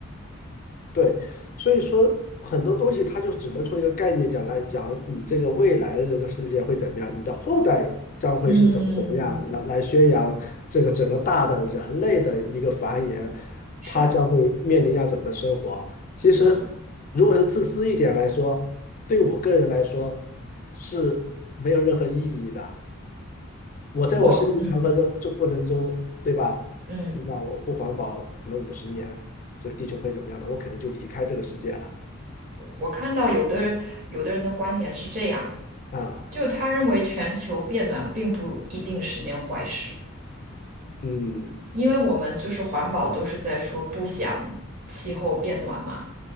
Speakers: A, on the left; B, on the right.
A: 对，所以说很多东西它就只能从一个概念讲来讲，你这个未来的这个世界会怎么样，你的后代将会是怎么怎么样，
B: 嗯，
A: 来来宣扬这个整个大的人类的一个繁衍，
B: 是，
A: 他将会面临要怎么的生活。其实，
B: 嗯，
A: 如果是自私一点来说，对我个人来说是没有任何意义的。我在我生命长河的这过程中，
B: 我嗯
A: 对吧？
B: 嗯，
A: 就像我不环保，可能五十年，这个地球会怎么样呢？我可能就离开这个世界了
B: 我看到有的人有的人的观点是这样，
A: 啊。
B: 就是他认为全球变暖并不一定是件坏事。
A: 嗯，
B: 因为我们就是环保都是在说不想气候变暖嘛，